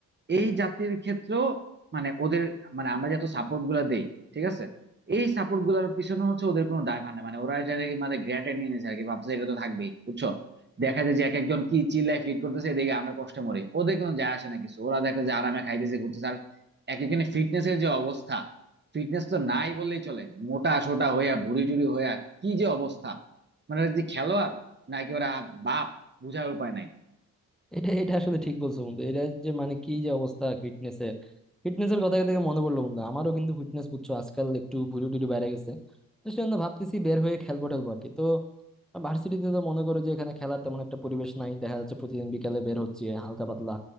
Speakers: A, on the right (about 25°); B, in the centre.
A: এই জাতির ক্ষেত্র মানে ওদের মানে আমরা যত সাপোর্ট গুলা দেই ঠিক আছে এই সাপোর্ট গুলার পিছনে হচ্ছে ওদের কোনো দায়ভার নাই মানে ওরা এটা নাকি মানে গ্রান্টেড নিয়ে নিয়েছে আর কি ভাবছে এটা তো থাকবেই বুঝছো দেখা যায় যে এক একজন কি চিল লাইফ লিড করতেছে এদিকে আমরা কষ্টে মরি ওদের কোনো যায় আসে না কিছু ওরা দেখা যায় আরামে খাইতেছে ঘুরতেছে আর এক একজনের ফিটনেস এর যে অবস্থা ফিটনেস তো নাই বললেই চলে মোটা সোটা হইয়া ভুড়ি টুড়ি হইয়া কি যে অবস্থা মানে যে খেলোয়াড় নাকি ওরা বাপ বুঝার উপায় নাই
B: এটা এটা আসলে ঠিক বলছো বন্ধু এটা যে মানে কি যে অবস্থা ফিটনেসে ফিটনেসের কথা থেকে মনে পড়লো বন্ধু আমারও কিন্তু ফিটনেস বুঝছো আজকাল একটু ভুরু টুরু বেড়ে গেছে তো সেজন্য ভাবতেছি বের হয়ে খেলবো টেলবো আর কি তো ভার্সিটিতে তো মনে করো যে এখানে খেলার তেমন একটা পরিবেশ নাই দেখা যাচ্ছে প্রতিদিন বিকালে বের হচ্ছে হালকা পাতলা